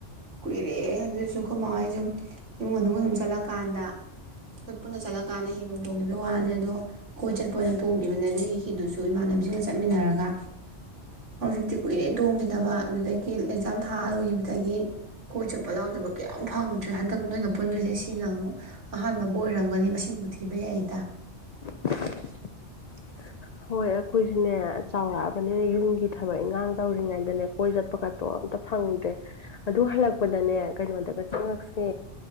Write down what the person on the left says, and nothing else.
<inaudible> ꯍꯣꯏ ꯑꯩꯈꯣꯏꯁꯤꯅꯦ ꯆꯥꯎꯔꯛꯑꯕꯅꯤꯅ ꯌꯨꯝꯒꯤ ꯊꯕꯛ ꯏꯟꯈꯥꯡ ꯇꯧꯔꯤꯉꯩꯗꯅꯦ ꯀꯣꯏ ꯆꯠ <inaudible> ꯇꯣ ꯑꯝꯇ ꯐꯪꯗ꯭ꯔꯦ ꯑꯗꯨ ꯍꯜꯂꯛꯄꯗꯅꯦ ꯀꯩꯅꯣꯗꯒ ꯆꯪꯉꯛꯁꯤ